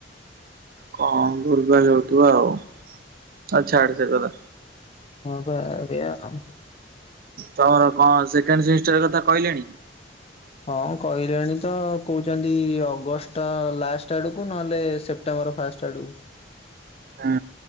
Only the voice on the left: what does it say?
ହଁ ବା ଏଇଆ ଆଉ।
ହଁ କହିଲେଣି ତ କହୁଚନ୍ତି ଅଗଷ୍ଟ ଲାଷ୍ଟ ଆଡକୁୁ ନହେଲେ ସେପ୍ ପଟେମ୍ବର ଫାଷ୍ଟ ଆଡ଼କୁ।